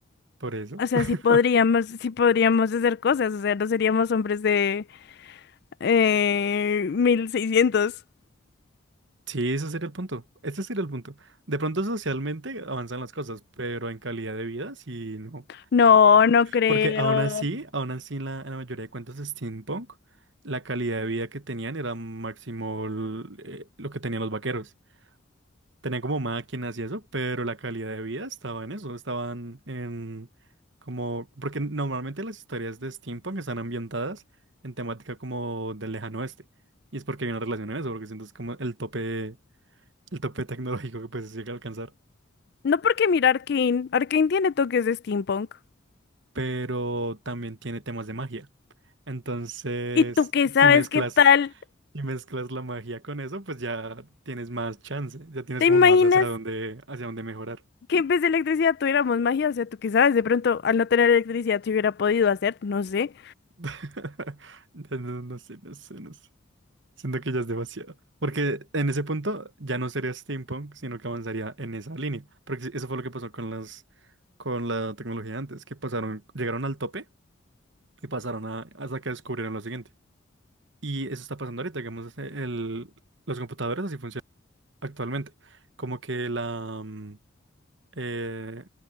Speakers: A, on the right (about 60°); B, on the left (about 50°).
A: Por eso.
B: O sea,
A: <laughs>
B: sí podríamos, sí podríamos hacer cosas. O sea, no seríamos hombres de eh, 1600.
A: Sí, ese sería el punto. Ese sería el punto. De pronto socialmente avanzan las cosas, pero en calidad de vida, sí, no.
B: No, no creo.
A: Porque aún así, aún así en la, en la mayoría de cuentos de steampunk, la calidad de vida que tenían era máximo l- eh, lo que tenían los vaqueros. Tenían como máquinas y eso, pero la calidad de vida estaba en eso, estaban en como... Porque normalmente las historias de steampunk están ambientadas en temática como del lejano oeste. Y es porque hay una relación en eso, porque siento es como el tope, el tope tecnológico que pues se llega a alcanzar.
B: No porque mira Arkane. Arkane tiene toques de steampunk.
A: Pero también tiene temas de magia. Entonces,
B: ¿Y tú qué sabes
A: si mezclas
B: qué tal?
A: y mezclas la magia con eso, pues ya tienes más chance, ya tienes
B: ¿Te
A: como
B: imaginas
A: más hacia dónde, hacia dónde mejorar.
B: que en vez de electricidad tuviéramos magia? O sea, tú qué sabes, de pronto al no tener electricidad se hubiera podido hacer, no sé.
A: <laughs> No, no, no sé, no sé, no sé. Siento que ya es demasiado. Porque en ese punto ya no sería steampunk, sino que avanzaría en esa línea. Porque sí, eso fue lo que pasó con las, con la tecnología antes, que pasaron, llegaron al tope y pasaron a, hasta que descubrieron lo siguiente. Y eso está pasando ahorita, digamos, este, el, los computadores así funcionan actualmente. Como que la, mm, eh,